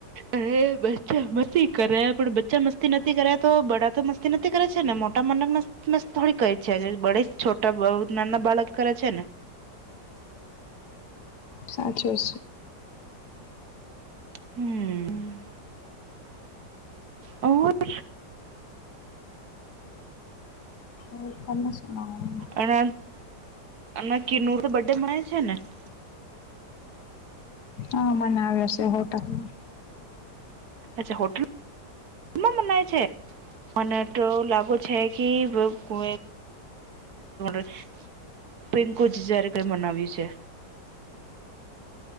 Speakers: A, on the right; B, on the left.
A: અરે બચા મસ્તી કરે પણ બચ્ચા મસ્તી નથી કરે તો બડા તો મસ્તી નથી કરે છે ને મોટા મનક મસ કસ થોડી કઈ છેજ બળે છોટા બ નાના બાળક કરે છે ને
B: સાચો છે
A: હમ્મ ઓર <inaudible>
B: તમે સુનાઓ
A: અને અમના કિરનુર <unintelligible>
B: હા મનાવે છે હોટલમાં
A: અચ્છા હોટલ મનાવે છે મને તો લાગુ છે હ કે કો <unintelligible> પિંકુજ જ્યારે કંઈ મનાવ્યું છે